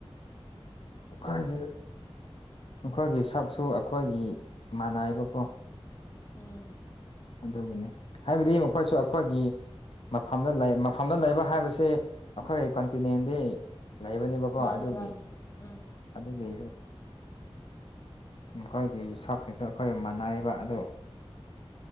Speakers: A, on the left (about 60°); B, on the left (about 30°).
A: ꯑꯈꯣꯏꯗꯤ ꯑꯈꯣꯏꯒꯤ ꯁꯛꯁꯨ ꯑꯈꯣꯏꯒꯤ ꯃꯥꯟꯅꯥꯏꯕꯀꯣ
B: ꯎꯝ
A: ꯑꯗꯨꯒꯤꯅꯤ ꯍꯥꯏꯕꯗꯤ ꯃꯈꯣꯏꯁꯨ ꯑꯈꯣꯏꯒꯤ ꯃꯐꯝꯗ ꯂꯩ ꯃꯐꯝꯗ ꯂꯩꯕ ꯍꯥꯏꯕꯁꯤ ꯑꯈꯣꯏ ꯀꯟꯇꯤꯅꯦꯟꯗꯤ ꯂꯩꯕꯅꯦꯕꯀꯣ
B: ꯃꯥꯅꯦ
A: ꯑꯗꯨꯒꯤ
B: ꯃꯥꯅꯦ ꯎꯝ
A: ꯑꯗꯨꯒꯤ ꯃꯈꯣꯏꯒꯤ ꯁꯥꯛꯁꯤꯡꯁꯨ ꯑꯈꯣꯏꯒ ꯃꯥꯟꯅꯥꯏꯕ ꯑꯗꯨ